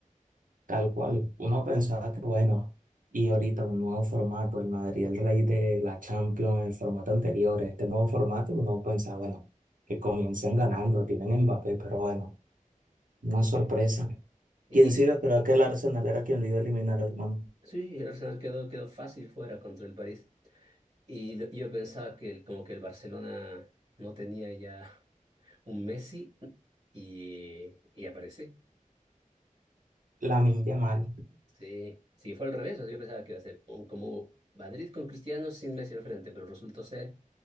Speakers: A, on the right (about 75°); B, on the right (about 50°).
A: tal cual, uno pensaba que bueno, y ahorita un nuevo formato, el Madrid, el rey de la Champions, el formato anterior, este nuevo formato, uno pensaba, bueno, que comiencen ganando, tienen a Mbappé, pero bueno, una sorpresa.
B: Sí. Y,
A: ¿Quién sí
B: y-
A: iba a esperar que el Arsenal era quien lo iba a eliminar, hermano?
B: sí, el Arsenal quedó, quedó fácil fuera contra el París. Y lo- yo pensaba que el, como que el Barcelona no tenía ya un Messi y, y aparece.
A: Lamine mal,
B: Sí, sí, fue al revés. o sea, Yo pensaba que iba a ser un- como Madrid con Cristiano sin Messi al frente, pero resultó ser